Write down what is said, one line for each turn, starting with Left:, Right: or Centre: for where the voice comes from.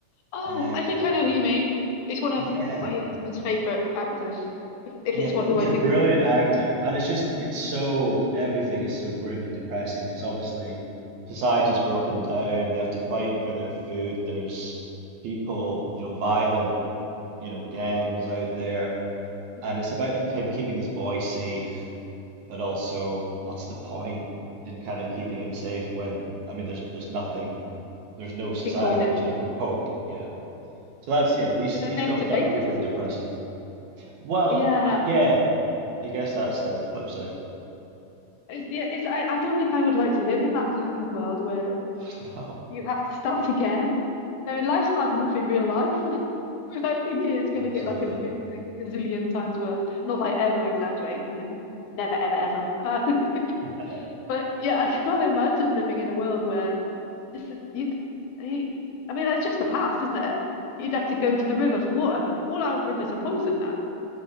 Left: Oh,
Right: Uh,
Left: I think I know who you mean. It's one of
Right: yeah.
Left: my husband's favorite actors, if, if
Right: Yeah,
Left: it's
Right: he's
Left: one who I
Right: a
Left: think
Right: brilliant
Left: it is.
Right: actor, and it's just it's so everything is so grim and depressing because obviously society's broken down. They have to fight for their food. There's people, you know, violent, you know, gangs out there,
Left: There's
Right: and it's about him keeping his boy safe, but also what's the point in kind of keeping him safe when I mean there's there's nothing, there's no society,
Left: nothing for him.
Right: there's no kind of hope. Yeah. So that's yeah, these
Left: But then
Right: these
Left: they
Right: films
Left: have to make
Right: are really
Left: a society.
Right: depressing. Well,
Left: Yeah,
Right: uh, yeah. I guess that's the flip side.
Left: it's, yeah. It's I, I don't think I would like to live in that kind of world where
Right: <laughs> No,
Left: you have to start again. I mean, life's hard enough in real life <laughs> without, without thinking it's going
Right: absolutely.
Left: to get like a, bi- a gazillion times worse. Not that I ever exaggerate, and you know, never, ever, ever. Uh,
Right: <laughs>
Left: <laughs> but yeah, I can't imagine living in a world where It's you, you. I mean, that's just the past, isn't it? You'd have to go to the river for water, but all our rivers are poisoned now.